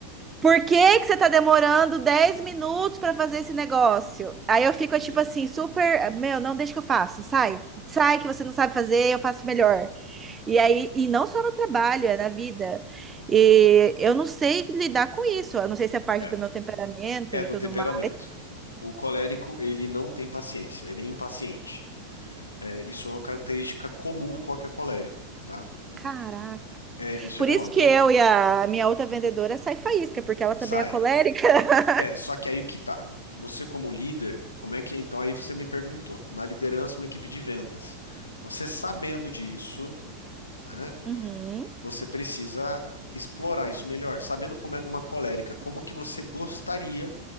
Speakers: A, on the right; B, on the left.
A: por que que você tá demorando 10 minutos para fazer esse negócio? Aí eu fico,
B: é.
A: tipo assim, super. Meu, não deixa que eu faça, sai. Sai que você não sabe fazer, eu faço melhor. E aí, e não só no trabalho, é na vida. E eu não sei lidar com isso. Eu não sei se é parte
B: É,
A: do meu temperamento
B: é
A: e
B: do
A: tudo
B: temperamento.
A: mais.
B: O colérico, ele não tem paciência, ele é impaciente. É, isso é uma característica comum em qualquer colérico, tá?
A: Caraca.
B: É, isso
A: Por
B: é normal.
A: isso
B: Então,
A: que eu e a minha outra vendedora sai faísca, porque ela também
B: sai.
A: é colérica. <laughs>
B: É, só que aí que tá. Você como líder, como é que... Então, aí você me perguntou, na liderança, uma equipe de vendas. Você sabendo disso, né,
A: Uhum.
B: você precisa explorar isso melhor. Sabendo como é uma colérica, como que você gostaria